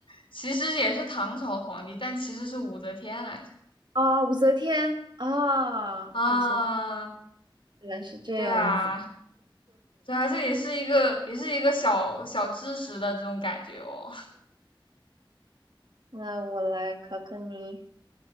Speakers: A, on the left (about 80°); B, on the right (about 60°).
A: 其实也是唐朝的皇帝，但其实是武则天来着。
B: 啊，武则天啊，
A: 啊，
B: 武则天原来是这样子。
A: 对啊，对啊，这也是一个也是一个小小知识的这种感觉哦。
B: 那我来考考你，